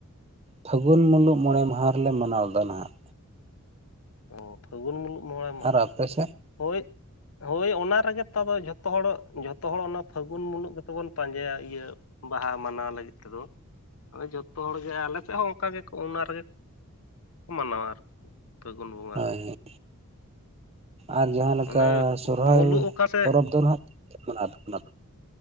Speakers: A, on the right; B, on the left.
A: ᱯᱷᱟᱹᱜᱩᱱ ᱢᱩᱞᱩᱜ ᱢᱚᱬᱮ ᱢᱟᱦᱟ ᱨᱮᱞᱮ ᱢᱟᱱᱟᱣ ᱮᱫᱟ ᱱᱟᱦᱟᱜ᱾
B: ᱚ ᱯᱷᱟᱹᱜᱩᱱ ᱢᱩᱞᱩᱜ ᱢᱚᱬᱮ ᱢᱟᱦᱟ,
A: ᱟᱨ ᱟᱯᱮ ᱥᱮᱫ?
B: ᱦᱳᱭ ᱦᱳᱭ ᱚᱱᱟ ᱨᱮᱜᱮ ᱱᱮᱛᱟᱨ ᱫᱚ ᱡᱷᱚᱛᱚ ᱦᱚᱲ, ᱡᱷᱚᱛᱚ ᱦᱚᱲ ᱚᱱᱟ ᱯᱷᱟᱹᱜᱩᱱ ᱢᱩᱞᱩᱜ ᱜᱮᱛᱚ ᱵᱚᱱ ᱯᱟᱸᱡᱟᱭᱟ ᱤᱭᱟᱹ ᱵᱟᱦᱟ ᱢᱟᱱᱟᱣ ᱞᱟᱹᱜᱤᱫ ᱛᱮᱫᱚ, ᱟᱫᱚ ᱡᱷᱚᱛᱚ ᱦᱚᱲ ᱜᱮ ᱟᱞᱮ ᱥᱮᱫ ᱦᱚᱸ ᱚᱱᱠᱟ ᱜᱮ ᱠᱚ ᱚᱱᱟ ᱨᱮᱜᱮ ᱠᱚ ᱢᱟᱱᱟᱣᱟ ᱟᱨ, ᱯᱷᱟᱹᱜᱩᱱ ᱵᱚᱸᱜᱟ
A: ᱦᱳᱭ
B: ᱨᱮ᱾
A: ᱦᱳᱭ ᱟᱨ ᱡᱟᱦᱟᱸ ᱞᱮᱠᱟ
B: ᱚᱱᱮ
A: ᱥᱚᱨᱦᱟᱭ
B: ᱢᱩᱞᱩᱜ ᱚᱠᱟ ᱥᱮᱫ
A: ᱯᱚᱨᱚᱵᱽ ᱫᱚ ᱱᱟᱦᱟᱜ <inaudible>